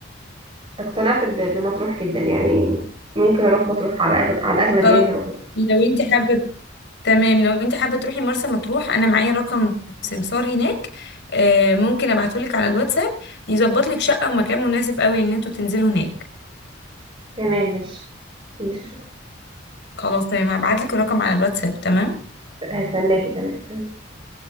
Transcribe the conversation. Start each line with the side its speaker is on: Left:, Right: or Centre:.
Right: اقتنعت ب... بمطروح جدا يعني ممكن أروح مطروح على أغ... على الأغلب
Left: خلاص
Right: يعني هروح مطروح.
Left: لو انت حابه تمام لو انت حابة تروحي مرسى مطروح انا معايا رقم سمسار هناك آه، ممكن ابعتهولك على الواتساب يظبط لك شقة ومكان مناسب قوي ان انتوا تنزلوا هناك
Right: تمام ماشي ماشي شكرا
Left: خلاص تمام هبعتلك الرقم على الواتساب تمام
Right: هستناكي تمام تمام